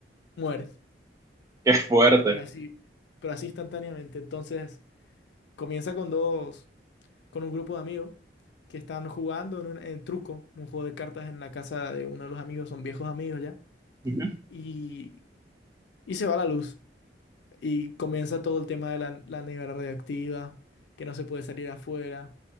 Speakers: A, on the left; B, on the right.
A: mueres.
B: qué fuerte.
A: Pero así, pero así instantáneamente. Entonces, comienza con dos, con un grupo de amigos que están jugando en un en truco, un juego de cartas en la casa de uno de los amigos, son viejos amigos ya,
B: Ujú.
A: y, y se va la luz. Y comienza todo el tema de la, la nevera radioactiva, que no se puede salir afuera.